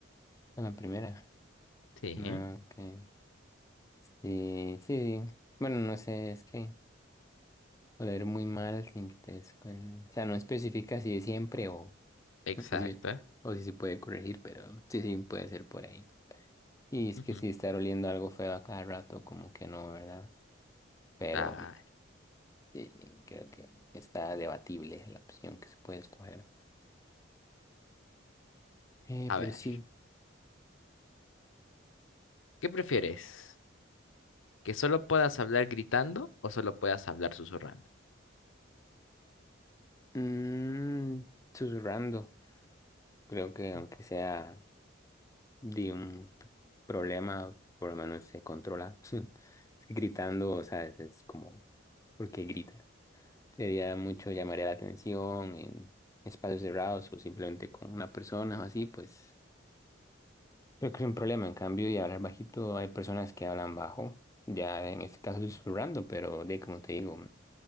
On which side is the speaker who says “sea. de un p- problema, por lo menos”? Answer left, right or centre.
Left